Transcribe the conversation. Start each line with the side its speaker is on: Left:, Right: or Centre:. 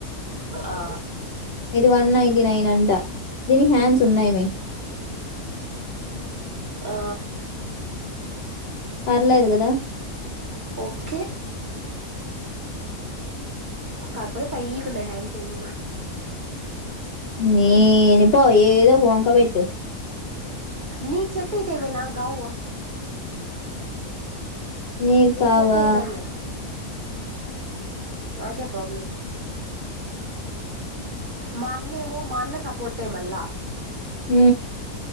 Right: ఆ
Left: ఇది వన్ నైటీ నైన్ అంట దీనికి హ్యాండ్స్ ఉన్నాయమ
Right: ఆ
Left: పర్లేదు కద
Right: ఓకే కకపులే పైకుంట హ్యాండ్ చేయ
Left: ననిప్పు ఏదో పోవకా పెట్టు
Right: నీకు సెట్యితేమే నా గవ్వ
Left: నీకావా
Right: నీకు సెట్ అయితాయిలే నాక్యా ప్రాబ్లం మన్నేమో మన్న సపోటేమల్లా
Left: హ